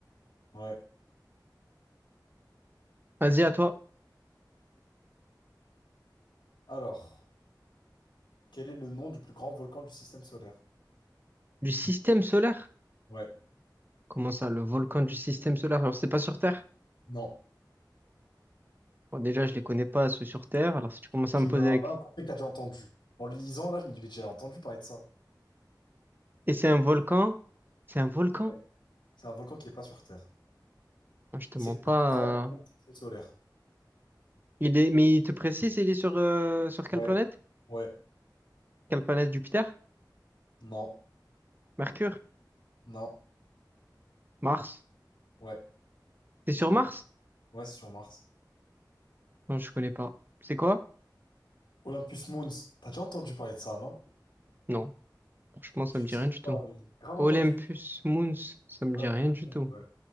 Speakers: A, on the left; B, on the right.
A: Ouais.
B: Vas-y, à toi.
A: Alors, quel est le nom du plus grand volcan du système solaire?
B: Du système solaire?
A: Ouais.
B: Comment ça, le volcan du système solaire? Alors, c'est pas sur Terre?
A: Non.
B: Bon, déjà, je les connais pas, ceux sur Terre. Alors, si tu commences
A: Je
B: à me poser
A: mets ma
B: avec...
A: main coupée que t'as déjà entendu. En le lisant, là, je me dis, mais j'ai déjà entendu parler de ça.
B: Et c'est un volcan? C'est un volcan?
A: Ouais. C'est un volcan qui est pas sur Terre.
B: Moi, je te
A: Et
B: mens
A: c'est le
B: pas.
A: plus grand volcan
B: hein.
A: du système solaire.
B: Il est, mais il te précise, il est sur, euh, sur quelle
A: Ouais.
B: planète?
A: Ouais.
B: Quelle planète? Jupiter?
A: Non.
B: Mercure?
A: Non.
B: Mars?
A: Ouais.
B: C'est sur Mars?
A: Ouais, c'est sur Mars.
B: Non, je connais pas. C'est quoi?
A: Olympus Mons, t'as déjà entendu parler de ça, non?
B: Non, franchement, ça
A: J'ai
B: me
A: déjà
B: dit rien du tout.
A: pas- j'ai Grave
B: Olympus
A: entendu.
B: Mons, ça me
A: Olympus
B: dit rien du
A: Mons.
B: tout,
A: Ouais,